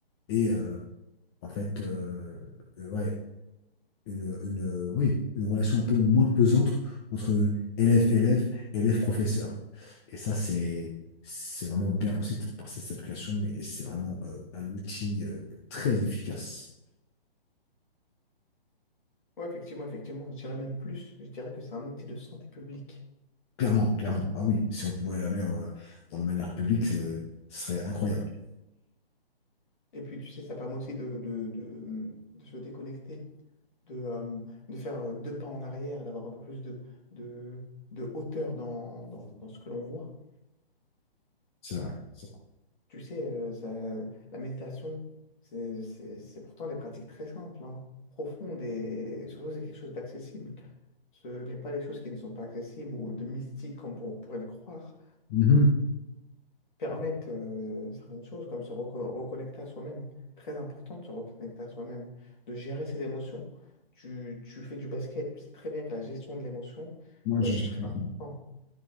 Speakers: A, on the left; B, on the left.
A: et euh, en fait euh, euh, ouais, une, une, euh, oui, une relation un peu moins pesante entre élève-élève, élève-professeur. Et ça, c'est, c'est vraiment bien possible par cette application et et c'est vraiment euh, un outil euh, très efficace.
B: Oui, effectivement, effectivement, je dirais même plus. Je dirais que c'est un outil de santé publique.
A: Clairement, clairement. Ah oui, si on pouvait la mettre euh, dans la manière publique, euh, ce serait incroyable.
B: Et puis, tu sais, ça permet aussi de, de, de, de se déconnecter, de, euh, de faire euh, deux pas en arrière, d'avoir un peu plus de, de, de hauteur dans, dans, dans ce que l'on voit.
A: C'est vrai. c'est vrai.
B: Tu sais, euh, ça, la méditation, c'est c'est- c'est pourtant des pratiques très simples, hein, profondes et surtout, c'est quelque chose d'accessible. Ce n'est pas des choses qui ne sont pas accessibles ou de mystiques comme on pourrait le croire.
A: Mhm.
B: permettent euh, certaines choses, comme se reco- reconnecter à soi-même. Très important de se reconnecter à soi-même, de gérer ses émotions. Tu, tu fais du basket, tu sais très bien que la gestion de l'émotion,
A: Moi, je,
B: euh, c'est
A: gère
B: très
A: pas
B: important.